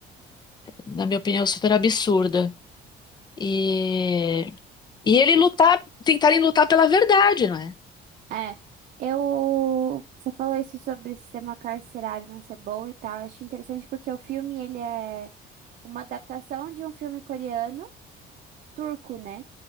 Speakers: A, on the left; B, on the right.
A: na minha opinião, super absurda. E, e ele lutar, tentarem lutar pela verdade, não é?
B: É, eu... Você falou isso sobre o sistema carcerário não ser bom e tal. Eu acho interessante porque o filme, ele é uma adaptação de um filme coreano turco, né?